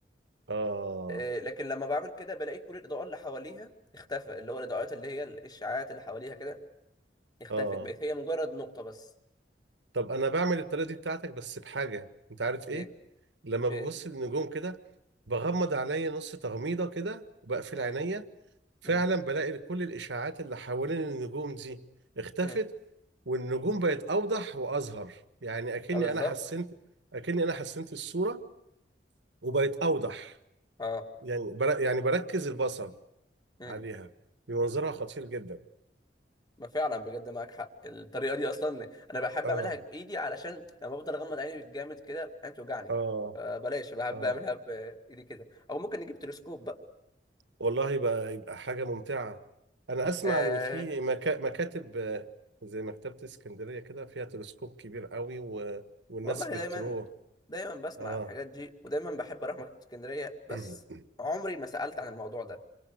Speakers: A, on the right; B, on the left.
A: اه
B: آه، لكن لما بعمل كده بلاقي كل الاضاءه اللي حواليها اختفى اللي هو الاضاءات اللي هي الاشعاعات اللي حواليها كده اختفت
A: اه
B: بقت هي مجرد نقطه بس
A: طب انا بعمل الطريقه دي بتاعتك بس بحاجه انت عارف ايه
B: ايه
A: لما ببص
B: ايه
A: للنجوم كده بغمض عينيا نص تغميضه كده وبقفل
B: امم
A: عينيا فعلا
B: امم
A: بلاقي كل الاشاعات اللي حوالين النجوم دي اختفت
B: امم
A: والنجوم بقت اوضح واظهر يعني اكني
B: آه، بالظبط
A: انا حسنت اكني انا حسنت الصوره وبقت اوضح
B: اه
A: يعني بر... يعني بركز البصر
B: امم
A: عليها بمنظرها خطير جدا
B: ما فعلا بجد معاك حق الطريقه دي اصلا انا بحب
A: اه
B: اعملها بايدي علشان لما بفضل اغمض عيني بالجامد كده عيني بتوجعني
A: اه
B: فبلاش بحب
A: اه
B: اعملها بايدي كده او ممكن نجيب تلسكوب بقى
A: والله يبقى يبقى حاجة ممتعة أنا أسمع
B: آه
A: إن في مكا... مكاتب آه، زي مكتبة اسكندرية كده فيها تلسكوب كبير قوي و... والناس
B: والله
A: بتروح
B: دايما دايما بسمع
A: آه
B: الحاجات دي ودايما بحب اروح مكتبه اسكندريه بس
A: <clears throat> آه
B: عمري ما سالت عن الموضوع ده